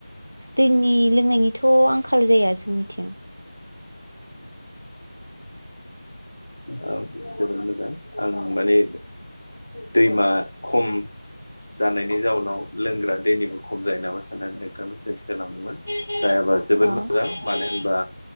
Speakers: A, on the right; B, on the left.
A: दैनि लोंनायनिथ आंखाल जाया जोंनिथिं
B: आं जोबोद मोजां आं माने दैमा खम जानायनि जाउनाव लोंग्रा दैनिबो खम जायो नामा साननानै नोंथांनाव सोंथि खालामदोंमोन। जायाबा जोबोद
A: अ
B: मोजां मानो होनबा